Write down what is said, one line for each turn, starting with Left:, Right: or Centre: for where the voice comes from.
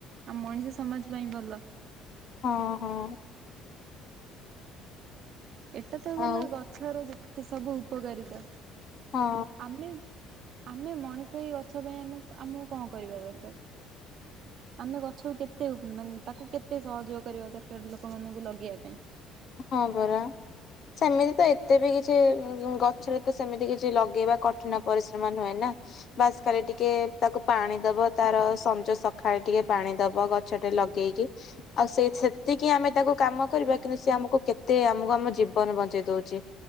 Right: ଆମ୍ ମଣିଷ ସମାଜ ପାଇଁ ଭଲ।
Left: ହଁ-ହଁ
Right: ଏଟା ତ ଗଲା
Left: ଆଉ
Right: ଗଛର ଯେତିକି ସବୁ ଉପକାରିତା।
Left: ହଁ।
Right: ଆମେ ଆମେ ମଣିଷ ଏ ଗଛ ପାଇଁ ଆମେ ଆମକୁ କଁ କରିବା ଦରକାର୍? ଆମେ ଗଛକୁ କେତେ ମାନେ ତାକୁ କେତେ ସହଯୋଗ କରିବା ଦରକାର୍ ଲୋକମାନଙ୍କୁ ଲଗେଇଆ ପାଇଁ?
Left: ହଁ ପରା। ସେମିତି ତ ଏତେ ବି କିଛି <unintelligible> ଗଛରେ ତ ସେମିତି କିଛି ଲଗେଇବା କଠିନ ପରିଶ୍ରମ ନୁହେଁ ନା? ବାସ୍ ଖାଲି ଟିକେ ତାକୁ ପାଣି ଦବ ତାର ସଞ୍ଜ ସଖାଳେ ଟିକେ ପାଣି ଦବ ଗ ଛଟେ ଲଗେଇକି ଆଉ ସେ ସେତିକି ଆମେ ତାକୁ କାମ କରିବା କିନ୍ତୁ ସିଏ ଆମ କୁ କେତେ ଆମକୁ ଆମ ଜୀବନ ବଞ୍ଚେଇ ଦଉଚି